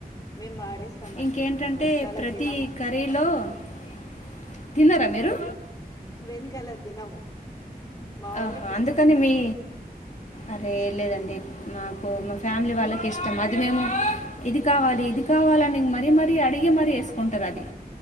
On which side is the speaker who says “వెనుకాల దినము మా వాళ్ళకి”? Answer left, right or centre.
Left